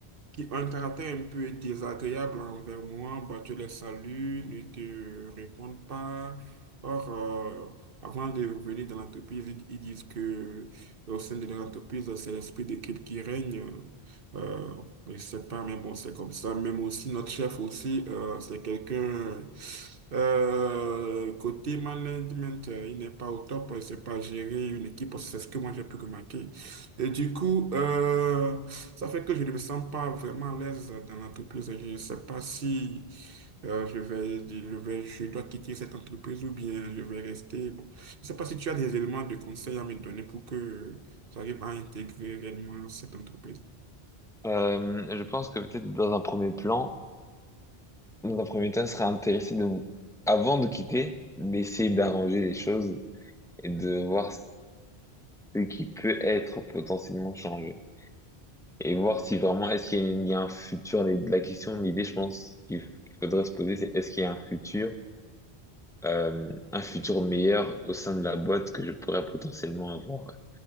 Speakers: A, on the right (about 60°); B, in the centre.
A: qui ont un caractère un peu désagréable envers moi, bah, tu les salues, ne te répondent pas. Or, euh, avant de venir dans l'entreprise, ils, ils disent que euh, au sein de l'entreprise, c'est l'esprit d'équipe qui règne. Euh, je sais pas, mais bon, c'est comme ça. Même aussi, notre chef aussi, euh, c'est quelqu'un... euh, côté management, euh, il n'est pas au top, il ne sait pas gérer une équipe, parce que c'est ce que moi j'ai pu remarquer. Et du coup, euh, ça fait que je ne me sens pas vraiment à l'aise dans l'entreprise. Je ne sais pas si euh, je vais, je vais, je dois quitter cette entreprise ou bien je vais rester. Bon, je ne sais pas si tu as des éléments de conseil à me donner pour que j'arrive à intégrer réellement cette entreprise.
B: Euh, je pense que peut-être dans un premier plan, dans un premier temps, il serait intéressé de, avant de quitter, d'essayer d'arranger les choses et de voir ce qui peut être potentiellement changé. Et voir si vraiment, est-ce qu'il y a, il y a un futur, les- la question, l'idée, je pense, qu'il f- qu'il faudrait se poser, c'est est-ce qu'il y a un futur? euh, un futur meilleur au sein de la boîte que je pourrais potentiellement avoir.